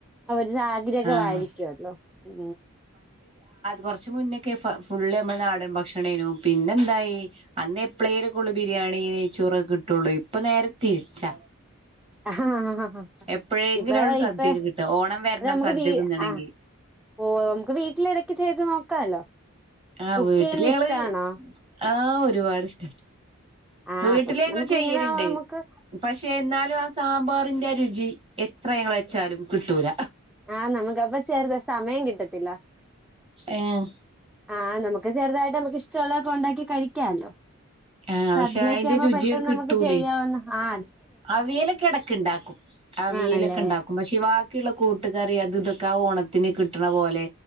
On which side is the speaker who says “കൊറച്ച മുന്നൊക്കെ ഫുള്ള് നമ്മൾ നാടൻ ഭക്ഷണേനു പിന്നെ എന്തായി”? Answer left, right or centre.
Right